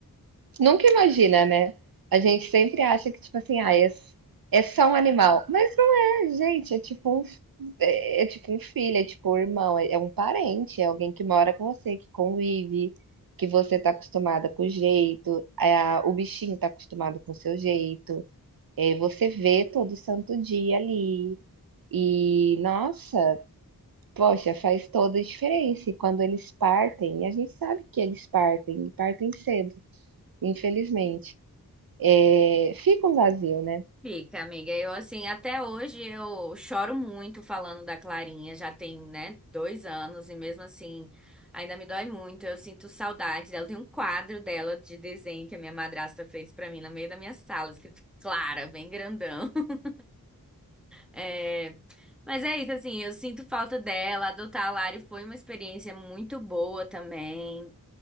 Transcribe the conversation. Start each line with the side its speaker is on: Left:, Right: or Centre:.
Right: Nunca imagina, né? A gente sempre acha que, tipo assim, ah, é, s- é só um animal. Mas não é, gente, é tipo um, f- é, é tipo um filho, é tipo um irmão, é, é um parente, é alguém que mora com você, que convive, que você tá acostumada com o jeito, é, a, o bichinho tá acostumado com o seu jeito, é, você vê todo santo dia ali. E, nossa, poxa, faz toda a diferença. E quando eles partem, e a gente sabe que eles partem, e partem cedo, infelizmente. É, fica um vazio, né?
Centre: Fica, amiga. Eu, assim, até hoje eu choro muito falando da Clarinha. Já tem, né, dois anos e mesmo assim ainda me dói muito. Eu sinto saudade dela. Tem um quadro dela de desenho que a minha madrasta fez pra mim no meio da minha sala, escrito Clara, bem grandão. <laughs> É, Mas é isso, assim, eu sinto falta dela. Adotar a Lari foi uma experiência muito boa também.